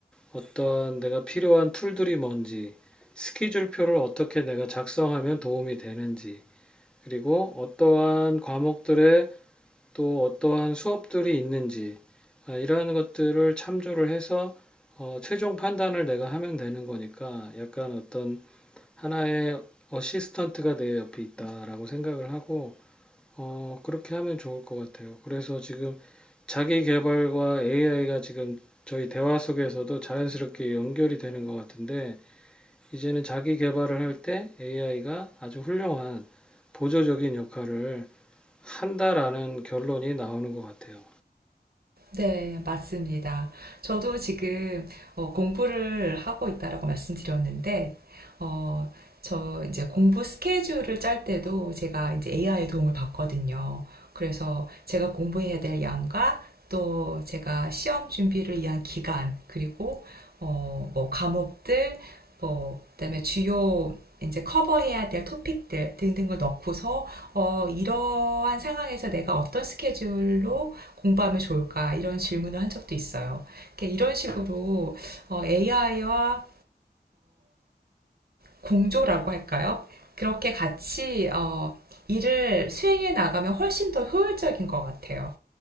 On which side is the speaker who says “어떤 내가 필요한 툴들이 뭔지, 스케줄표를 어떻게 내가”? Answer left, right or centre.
Centre